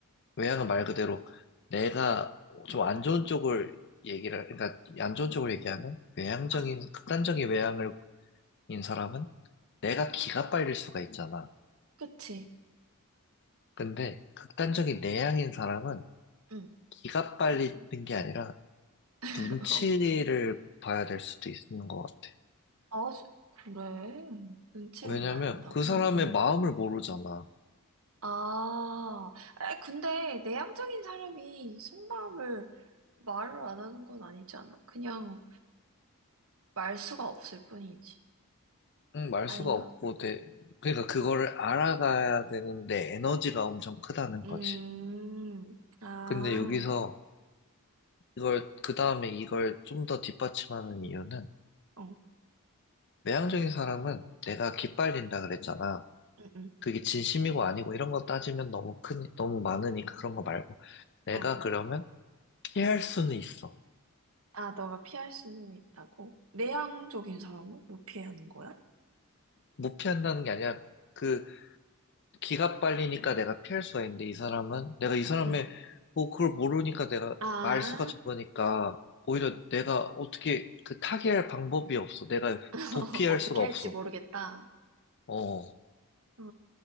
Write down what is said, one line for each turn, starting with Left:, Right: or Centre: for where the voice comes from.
Left: 외향은 말 그대로 내가 좀 안 좋은 쪽을 얘기를, 그러니까 안 좋은 쪽을 얘기하면 외향적인,
Right: 어,
Left: 극단적인 외향을 인 사람은 내가 기가 빨릴 수가 있잖아.
Right: 그치.
Left: 근데 극단적인 내향인 사람은
Right: 응.
Left: 기가 빨리는 게 아니라
Right: <laughs>
Left: 눈치를 봐야 될 수도 있는 것 같아.
Right: 어, 아, 시- 그래. 눈치를
Left: 왜냐면
Right: 봐야 된다고?
Left: 그 사람의
Right: 응.
Left: 마음을 모르잖아.
Right: 아, 에, 근데 내향적인 사람이 속마음을 말을 안 하는 건 아니지 않아? 그냥 말수가 없을 뿐이지.
Left: 응, 말
Right: 아닌가?
Left: 수가 없고, 내, 그러니까 그거를 알아가야 되는데 에너지가 엄청 크다는
Right: 음,
Left: 거지.
Right: 아,
Left: 근데 여기서 이걸, 그 다음에 이걸 좀 더 뒷받침하는 이유는,
Right: 어,
Left: 외향적인 사람은 내가 기빨린다 그랬잖아.
Right: 응, 응,
Left: 그게 진심이고 아니고 이런 거 따지면 너무 큰, 너무 많으니까 그런 거 말고. 내가
Right: 어.
Left: 그러면 피할 수는 있어.
Right: 아, 너가 피할 수는 있다고? 내향적인 사람은 못 피하는 거야?
Left: 못 피한다는 게 아니라, 그, 기가 빨리니까 내가 피할 수가 있는데, 이 사람은, 내가 이 사람의,
Right: 응.
Left: 뭐, 그걸 모르니까 내가,
Right: 아,
Left: 말수가 적으니까, 오히려 내가 어떻게, 그, 타개할 방법이 없어. 내가
Right: <laughs>
Left: 도피할
Right: 어떻게
Left: 수가 없어.
Right: 할지 모르겠다.
Left: 어,
Right: 아,